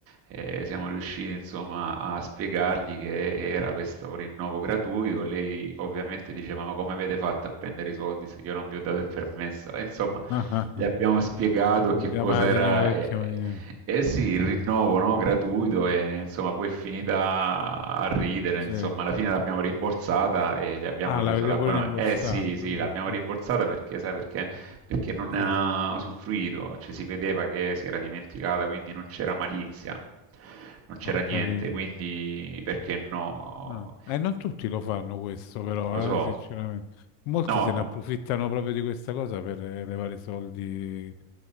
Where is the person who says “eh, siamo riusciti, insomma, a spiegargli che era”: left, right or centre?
Right